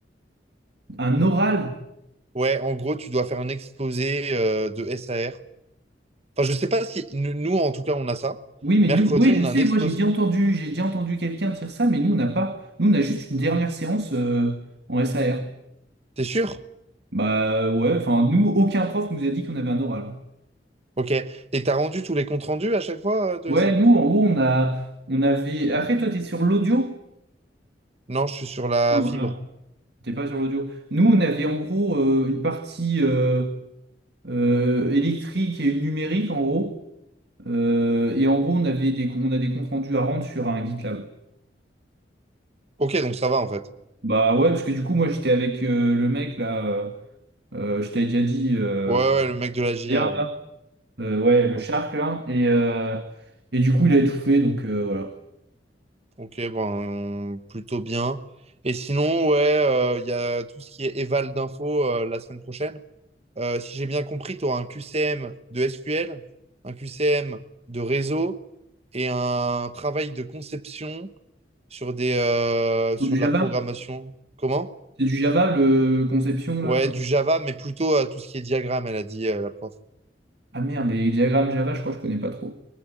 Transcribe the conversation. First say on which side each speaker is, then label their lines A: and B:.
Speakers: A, on the right (about 65°); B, on the right (about 35°).
A: Un oral
B: Ouais, en gros, tu dois faire un exposé euh, de SAR. Enfin, je sais pas si nous, nous, en tout cas, on a ça.
A: Oui, mais
B: Mercredi,
A: nous, oui,
B: on
A: je sais,
B: a un exposé.
A: moi j'ai déjà entendu, j'ai déjà entendu quelqu'un dire ça, mais nous on n'a pas, nous on a juste une dernière séance euh, en SAR.
B: T'es sûr?
A: Bah ouais, enfin nous, aucun prof nous a dit qu'on avait un oral. hein.
B: Ok. Et t'as rendu tous les comptes rendus à chaque fois euh, de
A: Ouais,
B: SF?
A: nous en gros on a, on avait. Après toi t'es sur l'audio?
B: Non, je suis sur la
A: Non,
B: fibre.
A: voilà. T'es pas sur l'audio. Nous on avait en gros euh, une partie euh, euh, électrique et une numérique en gros. Euh, et en gros on avait des, on a des comptes rendus à rendre sur un GitLab.
B: Ok, donc ça va en fait.
A: Bah ouais, parce que du coup moi j'étais avec euh, le mec là, euh, euh, je t'avais déjà dit. euh,
B: Ouais, ouais, le mec de la JA,
A: gaillard,
B: ouais.
A: là. Euh, ouais, le
B: Ouais.
A: Shark, là. Et, euh, et du coup, il a étouffé, donc euh, voilà.
B: Ok, ben, plutôt bien. Et sinon, ouais, il y a tout ce qui est éval d'infos euh, la semaine prochaine. Euh, si j'ai bien compris, tu un QCM de SQL, un QCM de réseau et un travail de conception sur des, euh, sur
A: C'est Du
B: de
A: Java?
B: la programmation. Comment?
A: C'est du Java, le conception, là.
B: Ouais, du Java, mais plutôt euh, tout ce qui est diagramme, elle a dit euh, la prof.
A: Ah merde, les diagrammes Java, je crois que je connais pas trop.